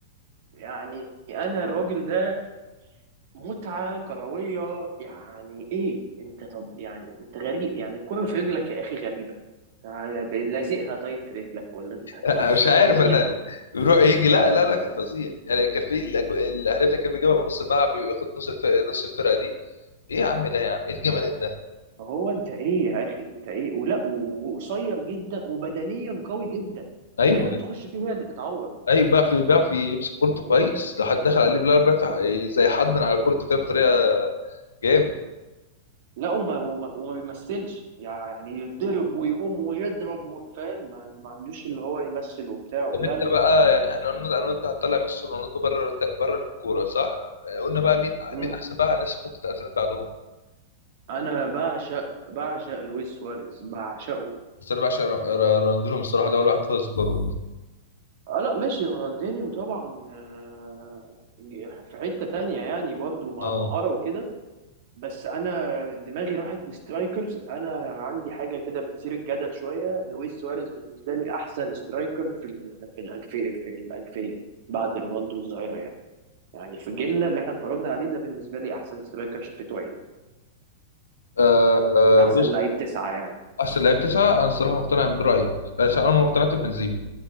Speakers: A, on the right; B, on the left.
A: يعني أنا الراجل ده متعة كروية يعني إيه أنت طب يعني أنت غريب يعني الكرة في رجلك يا أخي غريبة أنت لازقها طيب في رجلك ولا أنت بت-
B: أنا مش
A: بت- إزاي
B: عارف انا
A: يعني
B: يروح يجي لا لا لا كان فظيع يعني كان في الأجو- الاهداف اللي كان بيجيبها من نص الملعب بياخد نص الفرقه نص الفرقه دي ايه يا عم ده يا عم ايه الجمالان ده
A: هو أنت إيه يا أخي أنت إيه ولا وقصير جدا وبدنيا قوي جدا
B: ايوه
A: اللعيبة بتخش فيه هي اللي تتعور
B: ايوه
A: مش
B: بيعرف بيعرف يمسك كورته كويس لو حد دخل عليه بالعرض بيعرف زي حضن على كورته كده بطريقه جامد
A: لا وما وما, وما بيمثلش يعني يضرب ويقوم ويضرب و- فاهم ما, ما عندوش اللي هو يمثل وبتاع
B: طب
A: لا
B: انت
A: لا
B: بقى يعني احنا قلنا انا وانت هنطلع ميسي ورونالدو بره بره الكوره صح؟ قلنا بقى مين
A: مم.
B: مين احسن بقى الناس اللي فتره 2000 بعدهم
A: انا بعشق بعشق لويس سواريز بعشقه
B: بس انا بعشق را- راندولهم الصراحه ده اول واحد اذكره
A: اه لا ماشي رونالدينيو طبعا آه، في حتة تانية يعني برضو م-
B: اه
A: مهارة وكده بس انا دماغي راحت لسترايكرز انا عندي حاجة كده بتثير الجدل شوية لويس سواريز بالنسبة لي احسن سترايكر في ال- في الالفية في الالفية بعد رونالدو والظاهرة يعني يعني في جيلنا اللي احنا اتفرجنا عليه ده بالنسبة لي أحسن سترايكر شافته عيني
B: آه آه،
A: أحسن
B: بص
A: لعيب تسعة يعني
B: احسن لعيب تسعه انا الصراحه مقتنع برايك
A: اه
B: بس انا ما اقتنعت ببنزيما